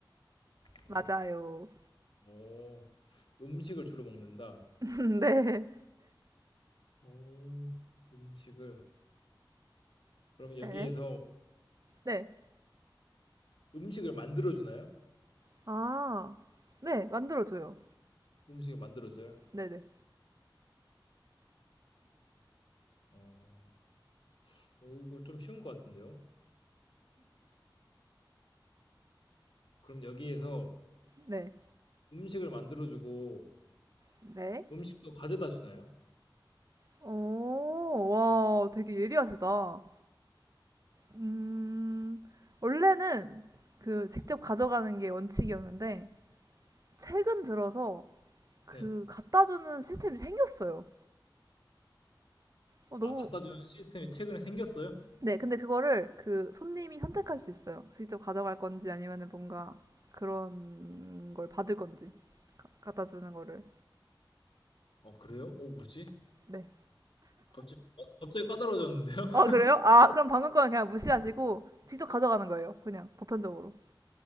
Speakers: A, on the left; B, on the right.
A: 주로.
B: 맞아요.
A: 어, 음식을 주로 먹는다.
B: <laughs> 네,
A: 어, 음식을. 그러면 여기에서
B: 네, 네.
A: 음식을 만들어 주나요?
B: 아, 네, 만들어줘요.
A: 음식을 만들어 줘요?
B: 네네, 네,
A: 어. 어, 이거 좀 쉬운 것 같은데요? 그럼 여기에서
B: 네.
A: 음식을 만들어주고
B: 네.
A: 음식도 가져다 주나요?
B: 오, 와, 되게 예리하시다. 음, 원래는 그 직접 가져가는 게 원칙이었는데, 최근 들어서 그
A: 네.
B: 갖다 주는 시스템이 생겼어요. 어, 너무
A: 아, 갖다 주는 시스템이 최근에 생겼어요?
B: 네, 근데 그거를 그 손님이 선택할 수 있어요. 직접 가져갈 건지 아니면은 뭔가 그런 걸 받을 건지 갖다 주는 거를.
A: 어, 그래요? 어, 뭐지?
B: 네.
A: 갑자기, 어, 갑자기 까다로워졌는데요? <laughs>
B: 어, 그래요? 아, 그럼 방금 거는 그냥 무시하시고 직접 가져가는 거예요. 그냥 보편적으로.